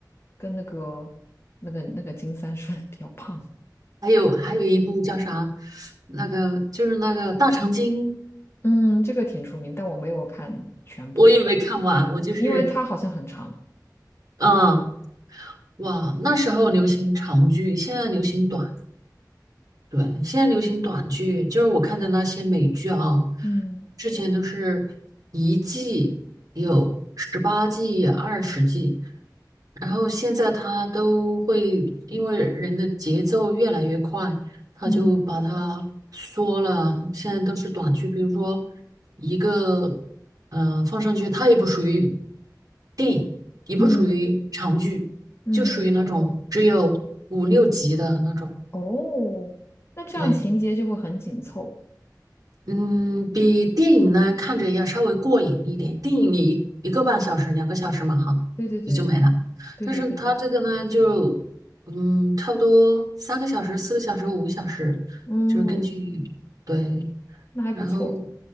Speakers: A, on the left; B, on the right.
A: 跟那个那个那个金三顺 <laughs> 比较胖。
B: 还有还有一部叫啥？那个就是那个大长今，
A: 嗯，这个挺出名，但我没有看全部，
B: 我也没看完，我就是，
A: 因为它好像很长。
B: 嗯，哇，那时候流行长剧，现在流行短。对，现在流行短剧，就是我看的那些美剧啊，
A: 嗯
B: 之前都是一季有十八季、二十季，然后现在它都会因为人的节奏越来越快，它就把它缩了。
A: 嗯
B: 现在都是短剧，比如说一个呃放上去，它也不属于电影，也不属于长剧，
A: 嗯嗯，
B: 就属于那嗯种只有五六集的那种。
A: 哦，那这样情节就会很紧凑。
B: 对，嗯，比电影呢看着要稍微过瘾一点。电影你一一个半小时、两个小时嘛，哈，
A: 对对对
B: 也就没了。
A: 对对对对，
B: 但是它这个呢，就嗯，差不多三个小时、四个小时、五个小时，
A: 嗯，
B: 就是根据对，
A: 那还不错
B: 然后